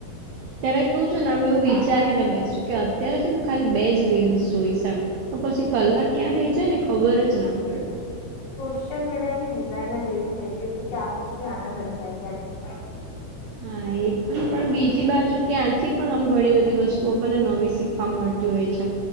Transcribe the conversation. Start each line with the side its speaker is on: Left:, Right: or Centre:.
Right: ત્યારે તું છે ને આમ એવું વિચારીને બેસુ કે અત્યારે છે ખાલી બે જ રીલ્સ જોઈશ એમ તો પછી કલાક ક્યાં થઇ જાય ને ખબર જ ના પડે.
Left: સોશિયલ મીડિયા ની ડિઝાઇન જ એવી થઈ ગઈ છે કે આપડે <unintelligible>
Right: હા એ પણ પણ બીજી બાજુ ત્યાંથી પણ આમ ઘણી બધી વસ્તુ આપણને નવી શીખ વા મળતી હોય છે.